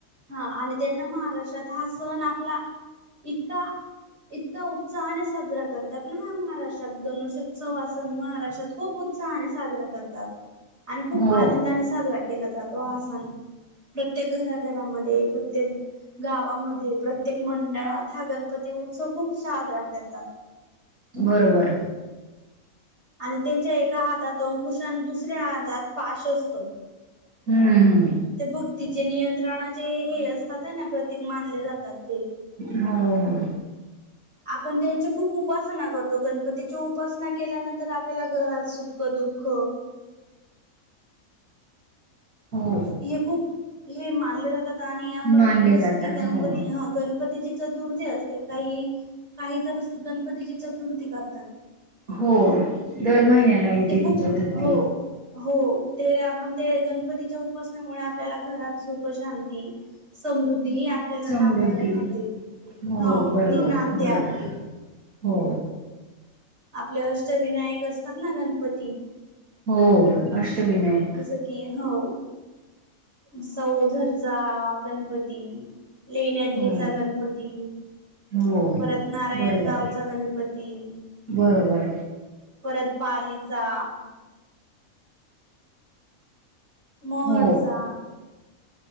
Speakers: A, on the right; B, on the right.
A: हा आणि त्यांना महाराष्ट्रात हा सण आपला इतका इतका उत्साहाने साजरा करतात ना हा महाराष्ट्रात गणेशोत्सव अस महाराष्ट्रात खूप उत्साहाने साजरा करतात आणि खूप
B: हो
A: आनंदाने साजरा केला जातोण प्रत्येक घरात घरामध्ये प्रत्येक गावामध्ये प्रत्येक मंडळात हा गणपती उत्सव खूप साजरा करत
B: बरोबर
A: आणि त्यांच्या एका हातात अंकुश आणि दुसऱ्या हातात पाश असतो
B: हम्म हम
A: ते भक्तीचे नियंत्रणाचे हे असतात आहे ना प्रतीक मानले जातात ते
B: हो हो हो हो
A: आपण त्यांची खूप उपासना करतो गणपतीची उपासना केल्यानंतर आपल्याला घरात सुखः दुःख
B: हो
A: हे खूप हे मानले जातात आणि आपण
B: मानले
A: जसं
B: जातात
A: की गणपती
B: हो
A: हा गणपतीची चतुर्थी असते काही काही तर गणपतीची चतुर्थी करतात
B: हो दर महिन्याला येते
A: ते खूप
B: ति चतुर्थी
A: हो हो ते आपण ते गणपतीच्या उपासनामुळे आपल्याला घरात सुख शांत ती समृद्ध द्धि आपल्याला
B: समृद्धी
A: नांदायला मिळते
B: हो
A: ह
B: बरोबर
A: ती नांदते
B: बरोबर
A: आपली
B: हो
A: आपले अष्टविनायक असतात ना गणपती
B: हो अष्टविनायक
A: जसं की हो जसा ओझरचा गणपती लेण्याद्रिचा
B: हो
A: गणपती
B: हो
A: परत नारायण
B: बरोबर
A: गावचा गणपती
B: बरोबर
A: परत पालीचा महडचा
B: हो